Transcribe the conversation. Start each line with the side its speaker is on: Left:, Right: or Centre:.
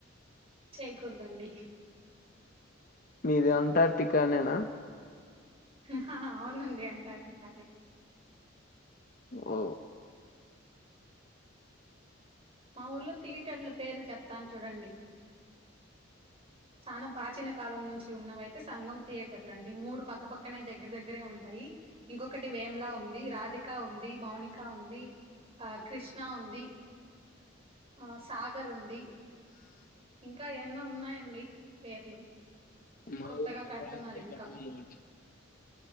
Right: చేయకూడదండి
Left: మీది అంటార్టికా నేనా
Right: హా అవునండి అంటార్టికానే
Left: ఓ
Right: మా ఊర్లో థియేటర్ల పేర్లు చెప్తాను చూడండి చాలా ప్రాచీన కాలం నుంచి ఉన్నవయితే సంగం థియేటర్లు అండి మూడు పక్కపక్కనే దగ్గర దగ్గరే ఉంటాయి ఇంకొకటి వేమలా ఉంది రాధిక ఉంది మౌనికా ఉంది ఆ కృష్ణ ఉంది ఆ సాగర్ ఉంది ఇంకా ఎన్నో ఉన్నాయండి పేర్లు
Left: మా
Right: కొత్తగా
Left: ఊరూ
Right: కడుతున్నారు
Left: ప్రాచీన
Right: ఇంకా.
Left: కట్టడం అండి